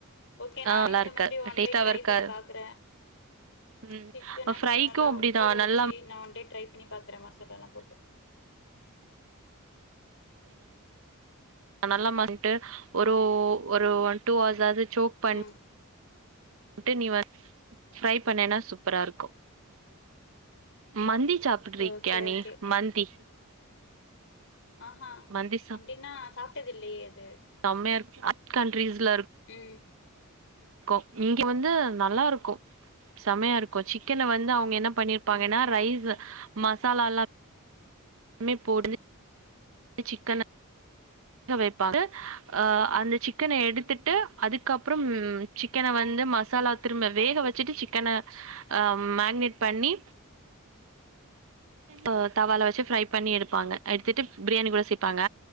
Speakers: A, on the left; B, on the right.
A: ஓகே
B: ஆ
A: நானு
B: நல்லா
A: இந்த
B: இருக்கு
A: மாதிரி ஒன்
B: டேஸ்டாவு
A: டே ட்ரை
B: இருக்காது
A: பண்ணி பாக்குற
B: ம்
A: சிக்கன் எல்லா
B: ஃப்ரைக்கு
A: நல்லா
B: அப்டிதா
A: ஊற வச்சு
B: நல்லா
A: நா ஒண்டே ட்ரை பண்ணி பாக்குற மசாலல்லா போட்டு
B: நல்ல மன்ட்டு ஒரு ஒரு ஒன் டூ ஹர்ஸ் ஆது சோக் பண்
A: ம்
B: ட்டு நீ வ ஃப்ரை பண்ணினா சூப்பரா இருக்கு மந்தி சாப்டுருக்கியா
A: ஓகே
B: நீ
A: ஓகே
B: மந்தி
A: ஆஹா
B: மந்தி
A: அப்டின்னா சாப்ட்டது இல்லையே அது
B: செம்மயா இருக்கு அக் கண்ட்ரீஸ்ல இருக்கு
A: ம்
B: க்கு இங்க வந்து நல்லா இருக்கு செமையா இருக் கு சிக்கன வந்து அவுங்க என்ன பண்ணிருப்பாங்கன்னா
A: ம்
B: ரைஸ்ஸ
A: சேரி
B: மசாலால்லா கொ எதுமே போட்றது சிக்கன வைப்பாக ஆ அந்த சிக்கன எடுத்துட்டு அதுக்கப்றம் சிக்கன வந்து மசாலா திரும்ப வேக வச்சுட்டு சிக்கன ஆ மேக்னேட் பண்ணி ஆ தவால வச்சு ஃப்ரை பண்ணி எடுப்பாங்க எடுத்துட்டு பிரியாணி கூட சேப்பாங்க